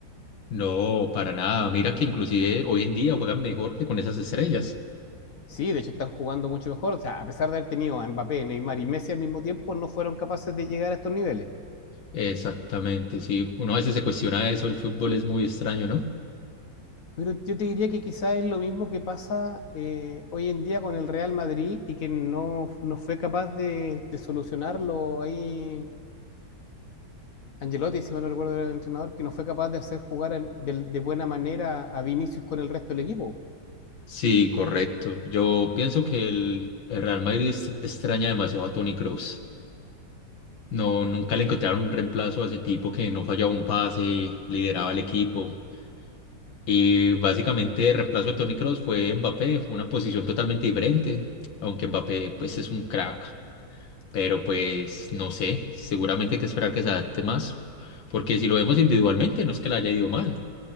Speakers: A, on the left; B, on the left.
A: No, para nada. Mira que inclusive hoy en día juegan mejor que con esas estrellas.
B: Sí, de hecho están jugando mucho mejor. O sea, a pesar de haber tenido a Mbappé, Neymar y Messi al mismo tiempo, no fueron capaces de llegar a estos niveles.
A: Exactamente, sí. Uno a veces se cuestiona eso, el fútbol es muy extraño, ¿no?
B: Pero yo te diría que quizás es lo mismo que pasa eh, hoy en día con el Real Madrid y que no, no fue capaz de, de solucionarlo ahí. Angelotti, si mal no recuerdo, era el entrenador que no fue capaz de hacer jugar en- del- de buena manera a Vinicius con el resto del equipo.
A: Sí, correcto. Yo pienso que el, el Real Madrid es- extraña demasiado a Toni Kroos. No, nunca le encontraron un reemplazo a ese tipo que no fallaba un pase, lideraba el equipo. Y básicamente el reemplazo de Toni Kroos fue Mbappé, una posición totalmente diferente, aunque Mbappé pues es un crack. Pero pues no sé, seguramente hay que esperar que se adapte más, porque si lo vemos individualmente no es que le haya ido mal.